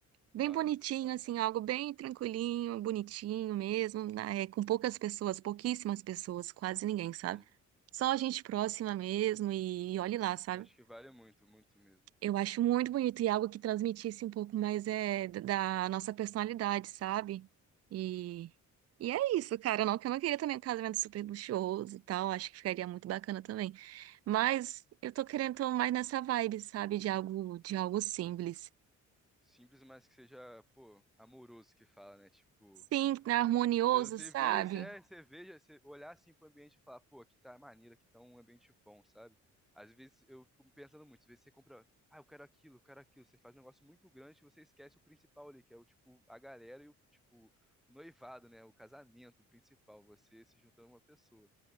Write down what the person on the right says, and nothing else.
Bem
bonitinho,
assim, algo bem tranquilinho, bonitinho mesmo, né, é, com poucas pessoas, pouquíssimas pessoas, quase ninguém, sabe?
Só gente próxima mesmo e, e olhe lá, sabe?
Eu acho muito bonito e algo que transmitisse um pouco mais é, d- da nossa personalidade, sabe? E, e é isso, cara. Não que eu não queria também um casamento super luxuoso e tal, acho que ficaria muito bacana também. Mas eu tô querendo tô mais nessa vibe, sabe? De algo, de algo simples.
Sim, harmonioso,
sabe?